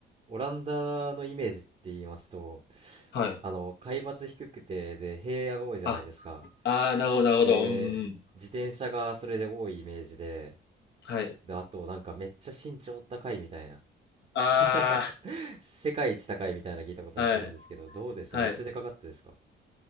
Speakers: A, on the right; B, on the left.
A: オランダのイメージって言いますと、
B: はい。
A: あの、海抜低くて、で、平野が多いじゃないですか。
B: あ、ああ、なるほど、なるほど。
A: で、
B: うん。
A: 自転車がそれで多いイメージで、
B: はい。
A: で、あと、なんかめっちゃ身長高いみたいな。
B: あ
A: <laughs> 世界一高いみたいなの聞いたことあるんですけど、
B: あ、はい。
A: どうでしためっちゃでかかったですか
B: はい。